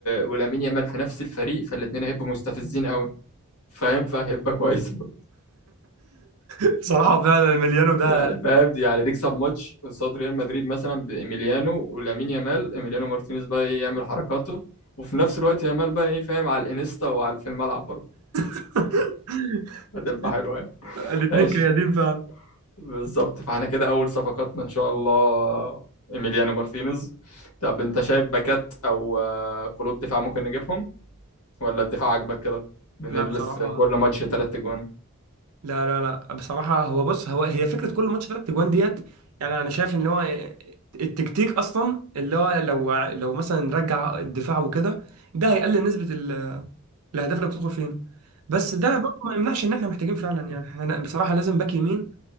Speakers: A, on the left; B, on the right.
A: ولامين يامال في نفس الفريق فالاثنين هيبقوا مستفزين قوي فاهم فهيبقى كويس <laughs>
B: <laughs> بصراحة فعلا المليانو ده
A: يعني فاهم يعني نكسب ماتش قصاد ريال مدريد مثلا بإيميليانو ولامين يامال إيميليانو مارتينيز بقى إيه يعمل حركاته وفي نفس الوقت يامال بقى إيه فاهم على الإنستا وعلى في الملعب برضه
B: <laughs>
A: هتبقى حلوة يعني
B: الاتنين
A: ماشي
B: كيادين فعلا
A: بالظبط فاحنا كده أول صفقاتنا إن شاء الله إيميليانو مارتينيز طب أنت شايف باكات أو آه، قلوب دفاع ممكن نجيبهم ولا الدفاع عاجبك كده بنلبس
B: لا بصراحة
A: كل ماتش تلات أجوان؟
B: لا لا لا بصراحة هو بص هو هي فكرة كل ماتش تلات اجوان ديت يعني انا شايف ان هو التكتيك اصلا اللي هو لو لو مثلا نرجع الدفاع وكده ده هيقلل نسبة ال- الاهداف اللي بتدخل فينا بس ده برضه ما يمنعش ان احنا محتاجين فعلا يعني احنا بصراحة لازم باك يمين